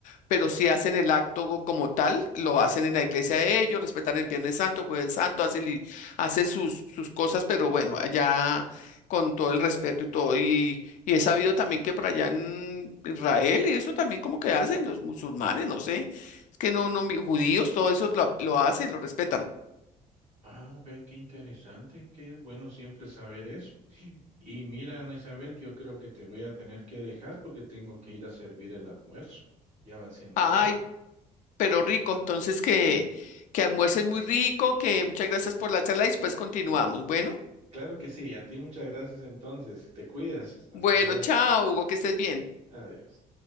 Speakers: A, on the left; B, on the right.
A: pero si hacen el acto como tal, lo hacen en la iglesia de ellos, respetan el Viernes Santo, Jueves Santo, hacen, li- hacen sus, sus cosas, pero bueno, allá con todo el respeto y todo. Y, y he sabido también que por allá en Israel, y eso también como que hacen los musulmanes, no sé, es que no, no, mi- judíos, todo eso lo, lo hacen, lo respetan.
B: Ah, ve, qué interesante, que es bueno siempre saber eso. Y mira, Ana Isabel, que yo creo que te voy a tener que dejar porque tengo que ir a servir el almuerzo. Ya va siendo
A: Ay,
B: hora.
A: pero rico, entonces que, que almuerces muy rico, que muchas gracias por la charla y después continuamos. Bueno,
B: Claro que sí, a ti muchas gracias entonces. Te cuidas. Hasta
A: bueno,
B: luego.
A: chao, Hugo, que estés bien.
B: Adiós.